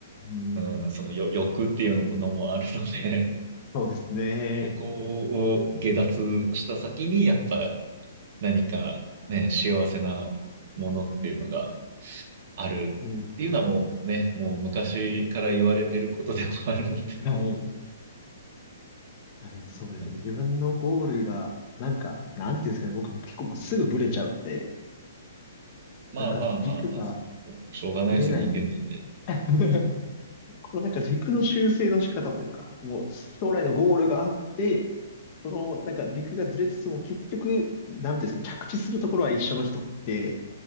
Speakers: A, on the left (about 35°); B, on the right (about 45°).
A: うん。
B: うん、そのよ欲っていうのもあるので、<laughs>
A: そうですね。
B: そこを下脱した先にやっぱ何かね、幸せなものっていうのがあるっていうのはもうね、
A: うん。
B: もう昔から言われてることでもあるので、
A: はい。いや、でもそうですね。
B: <laughs> うん
A: 自分のゴールが、なんか、なんていうんですかね。僕結構もうすぐブレちゃうので、
B: まあまあまあまあ、
A: なんか軸が
B: それもうしょうがないですよ、
A: ブレない
B: 人間なんで。
A: <laughs> このなんか軸の修正の仕方というか、もう将来のゴールがあって、そのなんか軸がずれつつも結局、なんていうんですか、着地するところは一緒の人って